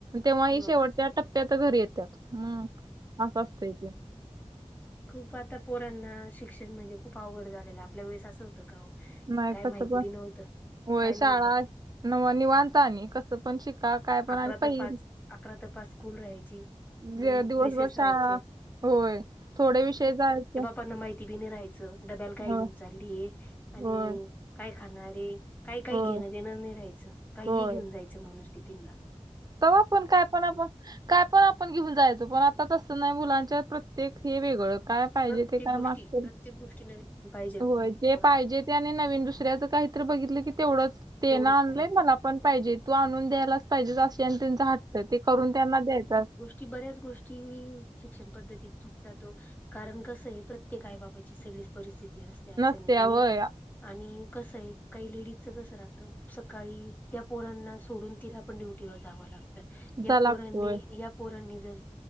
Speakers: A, on the right; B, on the left.
A: तेव्हा ही
B: मग
A: शेवटच्या टप्प्यात घरी येत्याात हम्म असं असतं इथे.
B: खूप आता पोरांना शिक्षण म्हणजे खूप आवड झालेला आपल्या वेळेस अस तं का हो
A: नाही
B: काय
A: कसं
B: माहिती
A: पण
B: बी नव्हतं.
A: होय
B: काय
A: शाळा
B: नव्हतं.
A: नव निवांता आणि कसं पण शिका काय पण
B: अकरा
A: आणि पहि
B: ते पाच अकरा ते पाच स्कूल राहायची
A: जे
B: दोन
A: दिवसभर
B: रीसेस
A: शाळा
B: राहायचे.
A: होय थोडे विषय जायचं
B: पण ना माहिती बी नाही राहायचं डब्याला काय
A: होय
B: घेऊन चालली आहे आणि
A: होय
B: काय खाणार आहे? काही काही
A: होय
B: घेणं देणं नाही राहायचं काही
A: होय
B: ही घेऊन जायचं माणूस टिफिला.
A: तवा पण काय पण आपण काय पण आपण घेऊन जायचं पण आता तसं नाही मुलांच्या प्रत्येक हे वेगळं काय पाहिजे
B: प्रत्येक
A: ते काय
B: गोष्टी,
A: मागतील
B: प्रत्येक गोष्टी नवीन पाहिजे. होतात
A: होय जे
B: पोरांना
A: पाहिजे ते आणि नवीन दुसऱ्याच काहीतरी बघितलं की तेवढंच तेना
B: तेवढंच
A: आणलंय
B: पाहिजे
A: मला पण पाहिजे तू आणून द्यायलाच पाहिजे असे आणि त्यांचं हट्ट ते करून त्यांना द्यायचं.
B: ची बऱ्याच गोष्टी मी शिक्षण पद्धतीत चुकतातो कारण कसं आहे प्रत्येक आई बाबाची सगळीच परिस्थिती असते असंनी
A: नसत्या
B: आणि
A: होय
B: आणि कसं आहे काही लेडीजच कसं राहतं सकाळी त्या पोरांना सोडून तिला पण ड्युटी वर जाव लागत.
A: तुझा
B: या
A: लागतोय
B: पोरांनी या पोरांनी जर